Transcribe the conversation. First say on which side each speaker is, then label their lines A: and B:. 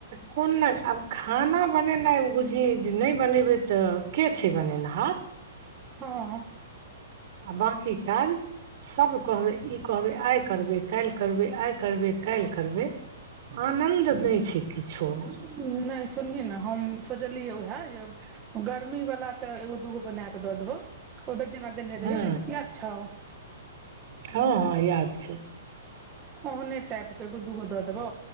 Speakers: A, on the right; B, on the right.
A: कोन नहि आड खाना बनेनाइ ओ बुझै जे नहि बनेबै तऽ के छै बनेनिहार।
B: हँ।
A: आ बाकी काज? सभ कहबै ई कहबै आइ करबै, काल्हि करबै, आइ करबै, काल्हि करबै। आनन्द नहि छै किछु।
B: नहि, सुनही ने, हम सोचलियै ओहिए जे। गर्मीवालला तऽ एगो दूगो बना कऽ दऽ देबौ, ओहि बेर जेना देने
A: हूँ
B: दहिओ, याद छौ।
A: हँ, हँ याद छै।
B: ओहने टाइपके एगो दूगो दऽ देबौ,